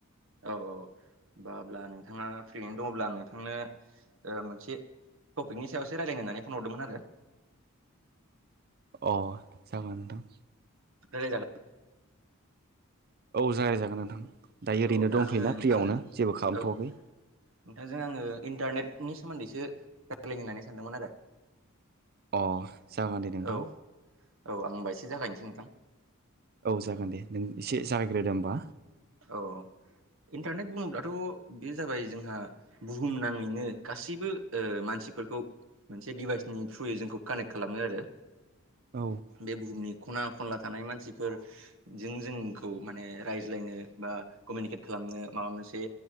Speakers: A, on the right; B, on the right.
A: औ औ होना अब्ला नोंथाङा फ्रियैनो दङब्ला नोंथांनो ओ मोनसे टपिकनि सायावसो रायलायनो होननानै फन हरदोंमोन आरो।
B: अ जागोनाय नोंथां
A: रायलाय जागोन।
B: औ जागाय जागोन नोंथां। दायो ओरैनो
A: औ दा
B: दंथ'योना
A: आङो नोंथांजों
B: फ्रियावनो जेबो खालामथ'वाखै
A: औ नोंथांजों आङो इन्टारनेटनि सोमोन्दैसो राय्लायनो होननानै सानदोंमोन आरो।
B: अ जागोन दे नोंथां।
A: औ औ आं ओमबा एसे जागायनोसै नोंथां।
B: औ जागोन दे नों एसे जागायग्रोदो ओमबा।
A: औ इन्टारनेट बुङोब्लाथ' बे जाबाय जोंहा बुहुम नाङैनो गासैबो मानसिफोरखौ मोनसे डिभाइसनि थ्रुयै जोंखौ कानेक्ट खालामो आरो।
B: औ
A: बे बुहुमनि खना खनला थानाय मानसिफोरजों जों खौ माने रायज्लायनो बा कमिउनिकेट खालामनो माबा मोनसे